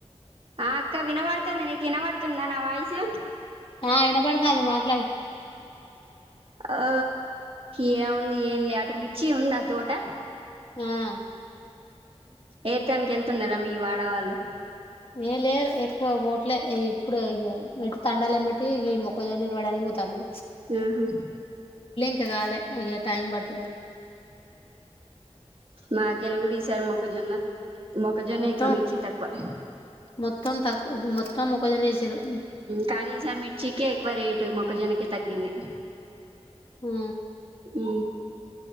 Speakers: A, on the right; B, on the left.
A: ఆ అక్క వినబడుతుంది నీకు వినబడుతుందా నా వాయిసు
B: ఆ వినపడత అంది మాట్లాడు
A: ఆ ఏం ఉంది ఏం లే ఆటుమిర్చి ఉంద ఆ తోట
B: ఆ
A: ఏరితేనికి వెళ్తున్నారా మీ వాడవాళ్ళు
B: ఏం లేదు ఎక్కువ ఓట్లే ఇప్పుడు అ తండాలు ఏమ్మాటి ఈ మొక్కజొన్న ఇరవడానికి పోతారు
A: ఆహా
B: ఇంకా రాలే అయ్యా టైమ్ పడుతు
A: మాకలుగూడు ఈసారి మొక్కజొన్న మొక్కజొన్న
B: మొత్తం
A: ఎక్కువ మిర్చి తక్కువ
B: మొత్తం తక్కు మొత్త మొత్తం మొక్కజొన్న వేసిండ్రు
A: కానీ ఈసారి మిర్చికే ఎక్కువ రేటు మొక్కజొన్నకే తగ్గింది
B: ఆ
A: అ